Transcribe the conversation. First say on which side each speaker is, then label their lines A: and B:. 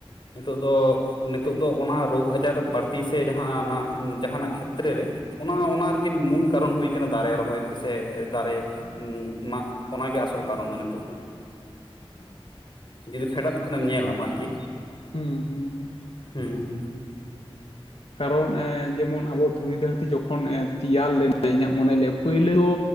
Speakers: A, on the left; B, on the left.
A: ᱱᱤᱛᱚᱜ ᱫᱚ ᱱᱤᱛᱚᱜ ᱫᱚ ᱚᱱᱟ ᱨᱚᱜᱽ ᱟᱡᱟᱨ ᱵᱟᱹᱲᱛᱤ ᱥᱮ ᱡᱟᱦᱟᱱᱟᱜ ᱡᱟᱦᱟᱱᱟᱜ ᱠᱷᱮᱛᱨᱮ ᱨᱮ ᱚᱱᱟ ᱚᱱᱟ ᱨᱮᱜᱮ ᱢᱩᱞ ᱠᱟᱨᱚᱱ ᱦᱩᱭ ᱟᱠᱟᱱᱟ ᱫᱟᱨᱮ ᱨᱚᱦᱚᱭ ᱯᱮ ᱥᱮ ᱫᱟᱨᱮ ᱩᱸ ᱢᱟᱜ ᱚᱱᱟᱜᱮ ᱟᱥᱚᱞ ᱠᱟᱨᱚᱱ ᱫᱚ ᱱᱤᱛᱚᱜ ᱫᱚ᱾
B: <inaudible>
A: ᱡᱩᱫᱤ ᱯᱷᱮᱰᱟᱛ ᱠᱷᱚᱱᱮᱢ ᱧᱮᱞᱟᱢ ᱟᱨᱠᱤ
B: ᱦᱩᱸ ᱦᱩᱸ ᱦᱩᱸ
A: ᱦᱩᱸ ᱦᱩᱸ
B: ᱠᱟᱨᱚᱱ ᱮ ᱡᱮᱢᱚᱱ ᱟᱵᱚ ᱫᱷᱩᱲᱤ ᱫᱷᱟᱹᱨᱛᱤ ᱡᱚᱠᱷᱚᱱ ᱛᱮᱭᱟᱨ ᱞᱮᱱᱟ ᱤᱧᱟᱹᱜ ᱢᱚᱱᱮ ᱞᱟᱹᱭᱟ ᱯᱩᱭᱞᱩ ᱫᱚ